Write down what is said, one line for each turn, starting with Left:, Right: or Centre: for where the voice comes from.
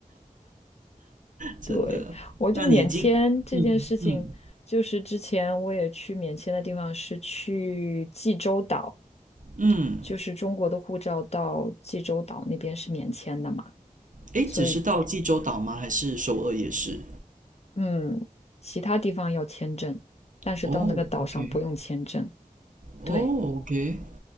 Right: 真的。
Left: 对，我就免签这件事情，
Right: 那你已经嗯嗯
Left: 就是之前我也去免签的地方是去济州岛，
Right: 嗯，
Left: 就是中国的护照到济州岛那边是免签的嘛，
Right: 诶，
Left: 所以
Right: 只是到济州岛吗？还是首尔也是？
Left: 嗯，其他地方要签证，但是到那个岛上不用签证。
Right: 哦，OK，哦，OK，
Left: 对